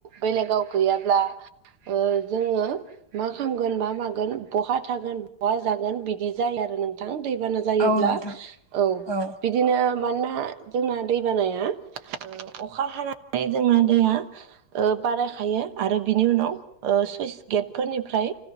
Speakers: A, on the right; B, on the left.
A: बेलेगाव गैयाब्ला ओ जोङो मा खामगोन मा मागोन बहा थागोन बहा जागोन बिदि जायो आरो नोंथां दैबाना जा जायोब्ला
B: औ नोंथां
A: औ
B: औ
A: बि दिनो मानोना जोंना दै बानाया ओ अखा हाना थाय जोंना दैया ओ बारायखायो आरो बिनि उनाव ओ सुइस गेटफोरनिफ्राय